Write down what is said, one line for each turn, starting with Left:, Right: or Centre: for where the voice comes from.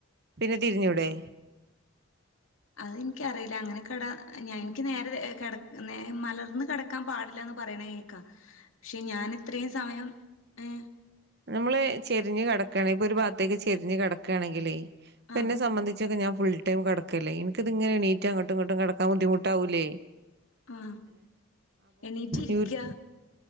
Right: പിന്നെ തിരിഞ്ഞൂടെ
Left: അതിൻക്കറില അങ്ങനെ കട ഞാൻ ൻക്ക് നേരെ രേ കെട് മലർന്ന് കെടക്കാൻ പാടില്ലാന്ന് പറയണ കേക്കാ ക്ഷെ ഞാൻ ഇത്രി സമയം ഏഹ്
Right: നമ്മൾ ചെരിഞ്ഞ് കിടക്കാണെങ്കി ഇപ്പോ ഒരു ഭാഗത്തേക്ക് ചെരിഞ്ഞ് കിടക്കാണെങ്കിലേ
Left: ആഹ്
Right: ന്നെ സംബന്ധിച്ചൊക്കെ ഞാൻ ഫുൾ ടൈം കെടക്കല്ലേ ഇൻക്കിത്ങ്ങനെണീറ്റ് അങ്ങട്ടും ഇങ്ങട്ടും കടക്കാൻ ബുദ്ധിമുട്ടാവൂല്ലേ
Left: ആ എണീറ്റ് ഇരിക്കാ
Right: യു